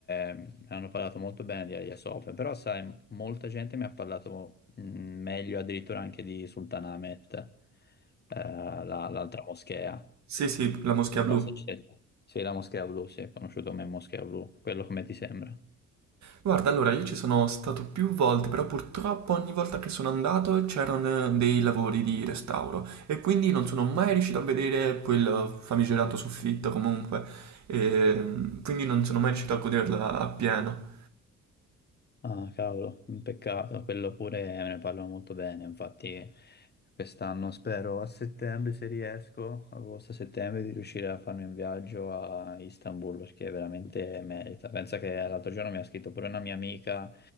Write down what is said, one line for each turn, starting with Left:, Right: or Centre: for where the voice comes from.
Left: eh, mi hanno parlato molto bene di Hagia Sophia, però sai, molta gente mi ha parlato mh, meglio addirittura anche di Sultanahmet, eh, la- l'altra moschea.
Right: Sì, sì, la Moschea
Left: Non
Right: Blu.
Left: so se c'è- Sì, la moschea blu, sì, è conosciuto come moschea blu, quello come ti sembra.
Right: Guarda, allora io ci sono stato più volte, però purtroppo ogni volta che sono andato c'erano dei lavori di restauro e quindi non sono mai riuscito a vedere quel famigerato soffitto comunque, e quindi non sono mai riuscito a goderla appieno.
Left: Ah, cavolo, un peccato, quello pure ne parlano molto bene, infatti quest'anno spero a settembre se riesco, agosto-settembre, di riuscire a farmi un viaggio a Istanbul perché veramente merita. Pensa che l'altro giorno mi ha scritto pure una mia amica,